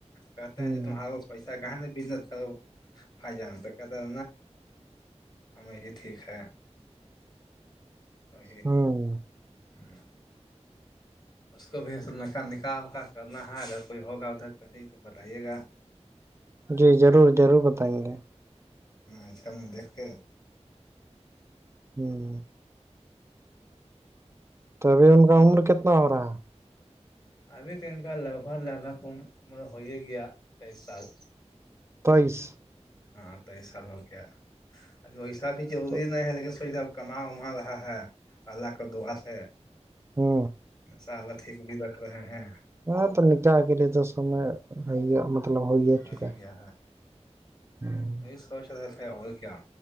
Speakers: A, on the left; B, on the right.
A: کہتے
B: ہ
A: ہیں جو تمہار پیسا کہ ب کر فائ جا تو ہم یہی ٹھیک ہے وہ
B: ہ
A: ہوں اس کو بھی نکاح وکا کرنا ہے اگر کوئی ہوگا ادھر کا نہیں تو بتائیے گا
B: جی ضرور ضرور بتائیں گے
A: اچھا میں دیکھ کے
B: ہوں تو ابھی ان کا
A: اب
B: عمر کتنا ہو رہا ہے
A: ابھی تو ان کا لگ بھگ لگ بھگ عمر ہو گیا تیئس سال
B: تیئس
A: ہاں تیس سال ہو گیا ویسا بھی ضروری
B: تو
A: نہیں ہے لیکن سویدہ کما وما رہا ہے اللہ کے دعا سے
B: ہ
A: انشاءاللہ ٹھیک بھی رکھ رہے ہیں
B: ہاں تو نکاح کے لیے تو سمے مطلب ہو ہی
A: اور
B: چکا ہے
A: کیا
B: ہوں
A: یہی سوچ رہے تھے اور کیا